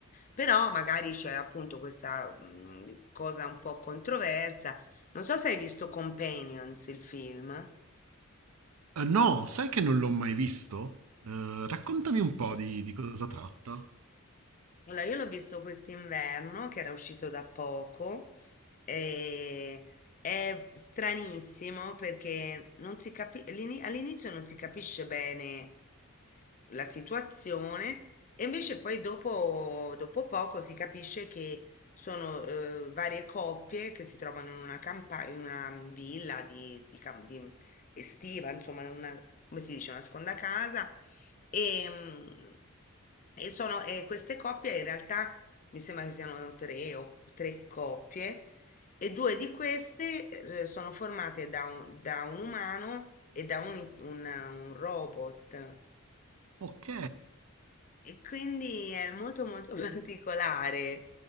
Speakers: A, on the left; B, on the right.
A: Però magari c'è appunto questa mm, cosa un po' controversa. Non so se hai visto Companions, il film.
B: Eh, no, sai che non l'ho mai visto? Eh, raccontami un po' di, di cosa tratta.
A: Allora, io l'ho visto quest'inverno, che era uscito da poco, e è stranissimo perché non si capi- all'ini- all'inizio non si capisce bene la situazione e invece poi dopo, dopo poco si capisce che sono eh, varie coppie che si trovano in una campagna, in una mm, villa di, di cam- di estiva, insomma, in una, come si dice, una seconda casa e, mm, e sono, e queste coppie in realtà mi sembra che siano tre o tre coppie e due di queste eh, sono formate da un, da un umano e da un, un un robot.
B: Ok.
A: E quindi è molto molto <laughs> particolare.